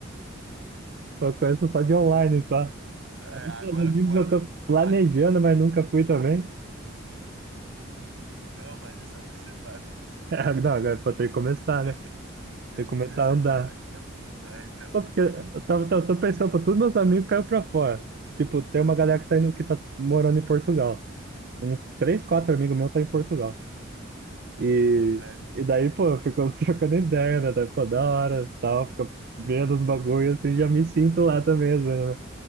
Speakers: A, on the right (about 50°); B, on the right (about 75°).
A: Eu conheço só de online, só.
B: É,
A: Aí, nos
B: agora
A: Estados Unidos
B: fora
A: eu
B: do.
A: tô planejando,
B: Ah,
A: mas nunca fui também.
B: não, mas dessa vez você vai. pô.
A: <laughs> Não, agora pô, tem que começar,
B: Se Deus,
A: né?
B: <laughs> se Deus
A: Tem que começar
B: quiser, você
A: a andar.
B: viaja. É bom. Ah, então.
A: Pô, porque eu tava, tava, tô pensando, pô, todos meus amigos caiu pra fora. Tipo, tem uma galera que tá indo, que tá morando em Portugal. uns três, quatro amigos meus tá em Portugal. E,
B: É?
A: e daí, pô, ficamos <laughs> trocando ideia, né? Daí, pô, da hora, tal, fica vendo os bagulhos assim, já me sinto lá também, às vezes, né?